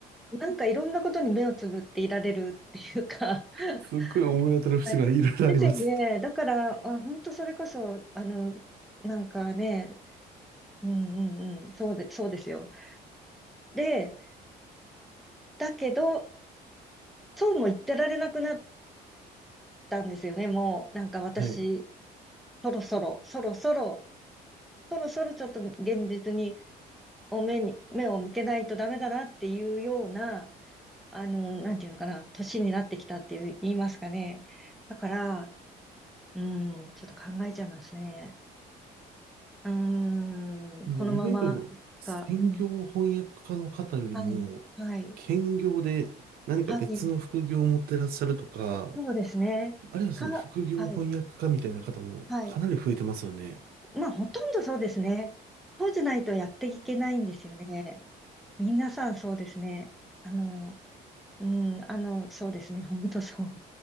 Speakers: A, in the centre; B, on the right.
A: なんかいろんなことに目をつぶっていられるっていうか、<laughs>
B: すっごい思い当たる節がいろいろあります。
A: はいですよね。だから、あ、本当それこそ、あの、なんかね、うんうんうん、そうで、そうですよ。で、だけど、そうも言ってられなくなったんですよね、もう。なんか私、
B: はい。
A: そろそろ、そろそろ、そろそろちょっと現実に、お目に、目を向けないとダメだなっていうような、あの、なんていうのかな、年になってきたっていう、言いますかね。だから、うん、ちょっと考えちゃいますね。うん、
B: でも、
A: このままいくか、
B: いわゆる専業翻訳家の方よりも、
A: うん。はい、はい、
B: 兼業で何か別の副業を持ってらっしゃるとか、
A: はい、そうですね。
B: あるいはその副業翻訳家みたいな方もかなり増えてますよね。
A: か、はい。はい。まあ、ほとんどそうですね。そうじゃないとやっていけないんですよね。皆さんそうですね。あの、うん、あの、そうですね。本当そう。